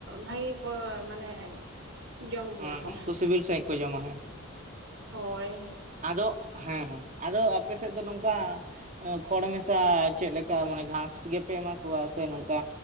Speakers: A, on the right (about 60°); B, on the right (about 35°).
A: ᱵᱷᱟᱹᱜᱤ ᱠᱚ ᱢᱟᱱᱮ ᱡᱚᱢ ᱜᱮᱭᱟ
B: ᱦᱮᱸ
A: ᱠᱚ
B: ᱩᱱᱠᱩ ᱥᱤᱵᱤᱞ ᱥᱟᱸᱤᱡ ᱠᱚ ᱡᱚᱢᱟ ᱦᱮᱸ᱾
A: ᱦᱳᱭ
B: ᱟᱫᱚ ᱦᱮᱸ ᱦᱮᱸ ᱟᱫᱚ ᱟᱯᱮ ᱥᱮᱫ ᱫᱚ ᱱᱚᱝᱠᱟ ᱠᱷᱚᱲ ᱢᱮᱥᱟ ᱪᱮᱫ ᱞᱮᱠᱟ ᱢᱟᱱᱮ ᱜᱷᱟᱥ ᱜᱮᱯᱮ ᱮᱢᱟ ᱠᱚᱣᱟ ᱥᱮ ᱱᱚᱝᱠᱟ